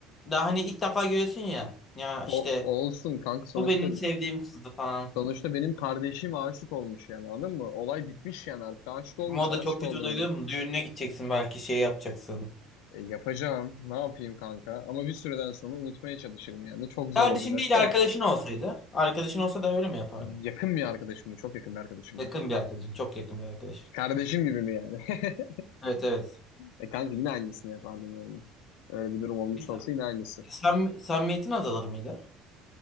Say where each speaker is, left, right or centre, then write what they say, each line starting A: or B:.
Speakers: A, on the left; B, on the left.
A: daha hani ilk defa görüyorsun ya ya işte
B: O, o olsun kanka sonuçta
A: bu benim sevdiğim kızdı falan.
B: Sonuçta benim kardeşim aşık olmuş yani anladın mı? Olay bitmiş yani artık aşık olmuş
A: Ama o
B: aşık
A: da çok kötü
B: oldum
A: bir duygu
B: diyor.
A: mu? Düğününe gideceksin belki şey yapacaksın.
B: E, yapacağım ne yapayım kanka ama bir süreden sonra unutmaya çalışırım yani çok zor
A: Kardeşin
B: olacak
A: değil
B: da.
A: arkadaşın olsaydı. Arkadaşın olsa da öyle mi yapardın?
B: Yakın bir arkadaşım mı? Çok yakın bir arkadaşım
A: Yakın
B: mı?
A: bir arkadaşın çok yakın bir arkadaşın.
B: Kardeşim gibi mi yani? <laughs>
A: Evet evet.
B: E kanka yine aynısını yapardım yani. Öyle bir durum olmuş
A: Biz,
B: olsa yine aynısı.
A: sam samimiyetin azalır mıydı?